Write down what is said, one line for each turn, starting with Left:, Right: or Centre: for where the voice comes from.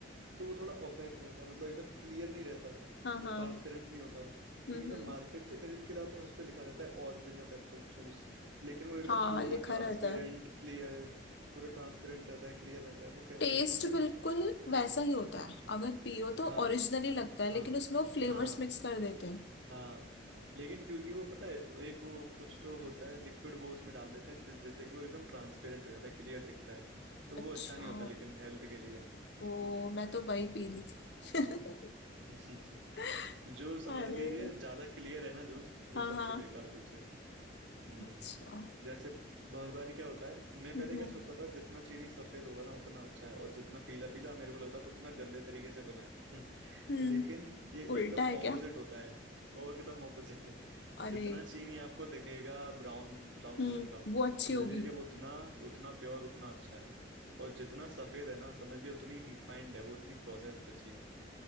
Right: तो वो थोड़ा ओपेक रहता है मतलब एकदम क्लियर नहीं रहता मतलब
Left: हाँ हाँ
Right: ट्रांसपेरेंट नहीं होता
Left: हम्म
Right: लेकिन जब
Left: हम्म
Right: मार्केट से खरीद के लाते हैं उस पर लिखा रहता है ओरिजिनल एप्पल जूस लेकिन वो एकदम
Left: हाँ
Right: पूरा
Left: लिखा
Right: ट्रांसपेरेंट
Left: रहता है
Right: क्लियर पूरा ट्रांसपेरेंट रहता है क्लियर रहता है वो कैसे
Left: टेस्ट
Right: क्योंकि
Left: बिल्कुल वैसा ही होता है अगर पियो तो
Right: हाँ
Left: ओरिजिनली लगता है
Right: हाँ
Left: लेकिन उसमें वो फ्लेवर्स
Right: हाँ
Left: मिक्स कर देते हैं
Right: हाँ लेकिन क्योंकि वो पता है वो एक वो कुछ तो होता है लिक्विड वो उसमें डाल देते हैं तो जिससे कि वो एकदम ट्रांसपेरेंट हो जाता है क्लियर दिखता है तो
Left: अच्छा
Right: वो अच्छा नहीं होता लेकिन हेल्थ के लिए
Left: ओ मैं तो वही पी रही थी
Right: <laughs>
Left: <laughs>
Right: जो समझ
Left: अरे
Right: लीजिए ज्यादा क्लियर है ना जूस वो
Left: हाँ
Right: सबसे
Left: हाँ
Right: बेकार जूस है हम्म
Left: अच्छा
Right: जैसे बहुत बार क्या होता है मैं पहले
Left: हम्म
Right: क्या
Left: हम्म
Right: सोचता था जितना चीनी सफेद होगा ना उतना अच्छा है और जितना पीला पीला मेरे को लगता था उतना गंदे तरीके से बना है <laughs>
Left: हम्म,
Right: लेकिन ये
Left: उल्टा
Right: एकदम
Left: है
Right: ऑपोजिट
Left: क्या
Right: होता है और एकदम ऑपोजिट है
Left: अरे
Right: जितना चीनी आपको दिखेगा ब्राउन ब्राउन
Left: हम्म
Right: कलर का
Left: वो अच्छी
Right: समझ
Left: होगी
Right: लीजिए वो उतना उतना प्योर उतना अच्छा है और जितना सफेद है ना समझ लीजिए उतनी रिफाइंड है वो उतनी प्रोसेस्ड है चीनी